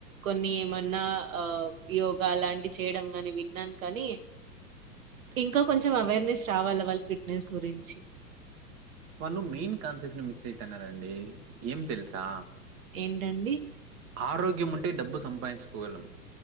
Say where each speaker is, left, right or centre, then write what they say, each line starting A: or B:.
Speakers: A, on the right; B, on the right.
A: కొన్ని ఏమన్నా ఆ యోగా అలాంటి చేయడం గాని విన్నాను కానీ ఇంకా కొంచెం అవేర్నెస్ రావాల వాళ్ళ ఫిట్నెస్ గురించి
B: వాళ్ళు మెయిన్ కాన్సెప్ట్ ని మిస్ అయితున్నారండి ఏం తెలుసా
A: ఏంటండి
B: ఆరోగ్యముంటే డబ్బు సంపాదించుకోగలం